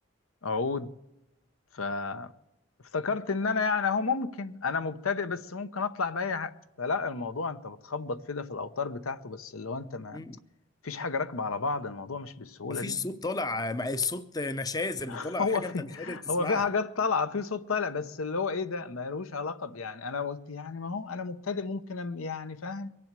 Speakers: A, on the left (about 85°); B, on the left (about 20°).
A: عود ف افتكرت ان انا يعني اهو ممكن انا مبتدئ بس ممكن اطلع باي حاجه فلا الموضوع انت بتخبط كده في الاوتار بتاعته بس اللي هو انت ما
B: امم
A: فيش حاجه راكبه على بعض الموضوع مش بالسهوله
B: مفيش
A: دي
B: صوت طالع مع الصوت نشاز اللي
A: <laughs>
B: طالع
A: هو
B: حاجه
A: في
B: انت مش قادر تسمعها
A: هو في حاجات طالعه في صوت طالع بس اللي هو ايه ده ملوش علاقه ب- يعني انا قلت يعني ما هو انا مبتدئ ممكن أم- يعني فاهم